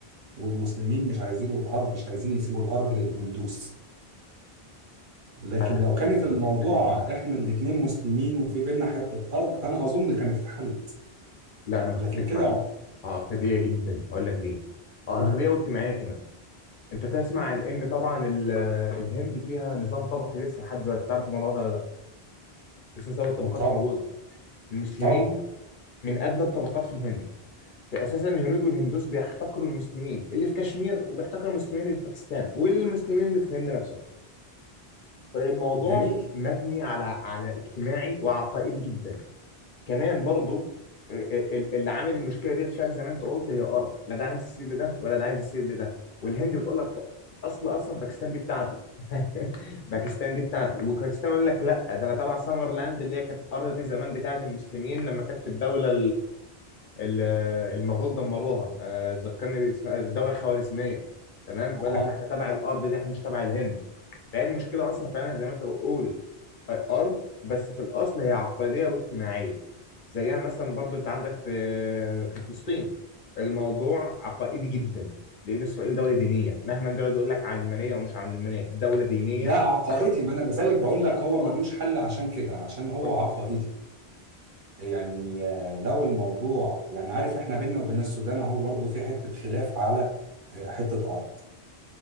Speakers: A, on the right; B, on the left.
A: والمسلمين مش عايزين الأرض مش عايزين يسيبوا الأرض للهندوس لكن
B: مختلف
A: لو كانت
B: في
A: الموضوع
B: الحته دي معايا
A: إحنا الاتنين مسلمين وفي بينا حتة أرض أنا أظن كانت اتحلت
B: لا انا مختلف
A: لكن كده
B: معاك
A: عم-
B: عقديه جدا اقول لك ليه عقديه
A: مم.
B: واجتماعيه كمان انت تسمع عن ان طبعا ال- الهند فيها نظام طبقي لسه لحد دلوقتي تعرف الموضوع ده ولا لا لسه نظام الطبقات
A: طبعا
B: موجود المسلمين
A: طبعا
B: من ادنى الطبقات في الهند فاساسا الهنود والهندوس بيحتقروا المسلمين اللي في كشمير وبيحتقروا المسلمين اللي في باكستان والمسلمين اللي في الهند نفسهم فالموضوع
A: جميل
B: مبني على على اجتماعي وعقائدي جدا كمان برضو ال- ال- اللي عامل المشكله دي فعلا زي ما انت قلت هي ارض لا ده عايز يسيب لده ولا ده عايز يسيب لده والهند بتقول لك اصل اصلا باكستان دي بتاعتي <laughs> باكستان دي بتاعتي وباكستان يقول لك لا ده انا تبع سمرلاند اللي هي كانت ارض دي زمان بتاعت المسلمين لما كانت في الدوله ال- المغول دمروها آه، ذكرني باسم الدوله الخوارزميه تمام
A: اه
B: بيقول لك احنا تبع الارض دي احنا مش تبع الهند فهي المشكله اصلا فعلا زي ما انت بتقول آه، ارض بس في الاصل هي عقديه واجتماعيه زيها مثلا برضو انت عندك في في فلسطين الموضوع عقائدي جدا لان اسرائيل دوله دينيه مهما انت يقعد يقول لك علمانيه او مش علمانيه دوله دينيه
A: لا عقائدي
B: بحته
A: ما انا لذلك بقول لك هو
B: اه
A: ملوش حل عشان كده عشان
B: بالظبط
A: هو عقائدي يعني آه، لو الموضوع يعني عارف احنا بينا وبين السودان اهو برضه في حته خلاف على آه، حته ارض